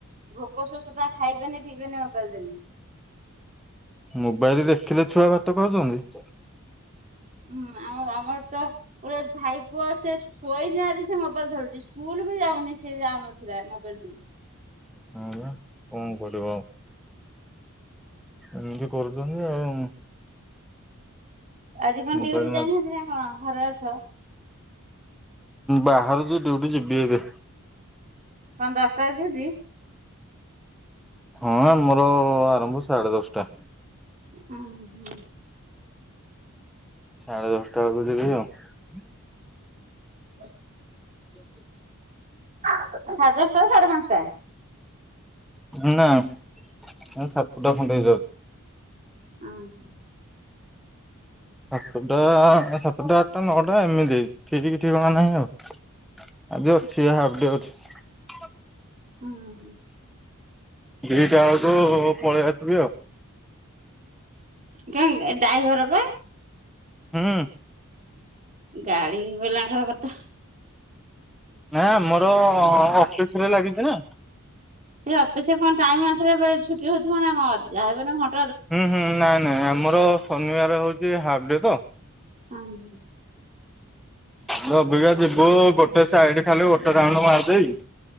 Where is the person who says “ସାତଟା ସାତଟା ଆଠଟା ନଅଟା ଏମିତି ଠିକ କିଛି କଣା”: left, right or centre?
Centre